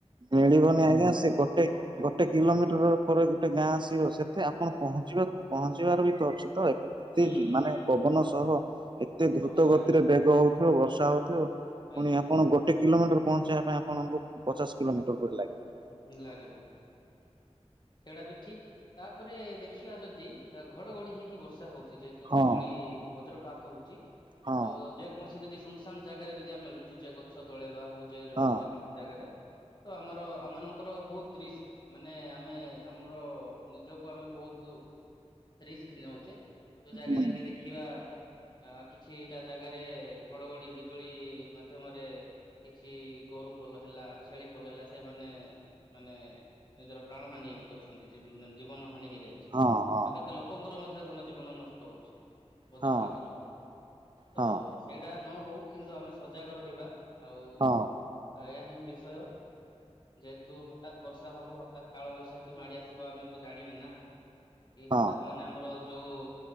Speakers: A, on the right (about 40°); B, on the left (about 40°).
A: ମିଳିବନି ଆଜ୍ଞା ସେ ଗୋଟେ
B: ହଁ
A: ଗୋଟେ କିଲୋମିଟର ପରେ ଗୋଟେ ଗାଁ ଆସିବ ସେତେ ଆପଣ ପହଞ୍ଚିବା ପହଞ୍ଚିବାର ବି ତ ଅଛି। ତ ଏତେ
B: ହୁଁ
A: ମାନେ
B: ହୁଁ ହୁଁ।
A: ପବନ ସହ ଏତେ ଦ୍ରୁତ
B: ବର୍ଷା
A: ଗତିରେ ବେଗ ହଉଥିବ ବର୍ଷା ହଉଥିବ
B: ଆଜ୍ଞା
A: ପୁଣି ଆପଣ
B: ଆଜ୍ଞା
A: ଗୋଟେ କିଲୋମିଟର ପହଞ୍ଚେଇବା ପାଇଁ ଆପଣଙ୍କୁ ପଚାଶ କିଲୋମିଟର ପରି ଲାଗିବ।
B: ଲାଗିବ। ସେଇଟା ବି ଠିକ ତାପରେ ଦେଖିବା ଯଦି ଘଡଘଡି ହେଇ ବର୍ଷା ହଉଛି ଯେହେତୁ
A: ହଁ
B: ବିଜୁଳି ବଜ୍ରପାତ ହଉଛି
A: ହଁ
B: ତ ଯେକୌଣସି ଯଦି ଶୂନଶାନ ଜାଗାରେ ଯଦି ଆମେ ଲୁଚୁଚେ ଗଛ ତଳେ ବା ହଉ ଯେ ଯେକୌଣସି
A: ହଁ
B: ଜାଗାରେ ତ ଆମର ଆମ ମାନଙ୍କର ବହୁତ ରିସ୍କ ମାନେ ଆମେ ଆମର ନିଜକୁ ଆମେ ବହୁତ ରିସ୍କ ନଉଚେ ଯୋଉ ଜାଗାରେ
A: ହୁଁ
B: କି ଦେଖିବା ଆ କିଛିଟା ଜାଗାରେ ଘଡଘଡି ବିଜୁଳି ମାଧ୍ୟମରେ କିଛି ଗୋରୁ ପଲ ହେଲା ଛେଳି ପଲ ହେଲା ସେମାନେ ମାନେ ନିଜର ପ୍ରାଣ ହାନି କରିଛନ୍ତି ଜୀବନ ହାନି ହେଇଯାଇଛି
A: ହଁ ହଁ
B: ତ କେତେ ଲୋକଙ୍କର ମଧ୍ୟ ଧନ ଜୀବନ ନଷ୍ଟ ହଉଛି ବଜ୍ରପାତ
A: ହଁ
B: ଯ ତ
A: ହଁ
B: ସେଇଟା ନ ହଉ କିନ୍ତୁ ଆମେ ସଜାଗ ରହିବା ଆଉ
A: ହଁ
B: ଏଇହିଁ ବିଷୟ ଯେହେତୁ ହଠାତ ବର୍ଷା ହବ ହ ହଠାତ କାଳ ବୈଶାଖ କି ମାଡି ଆସିବ ଆମେ ତ ଜାଣିବେ ନା କି
A: ହଁ
B: ହଠାତ ମାନେ ଆମର ଯଉ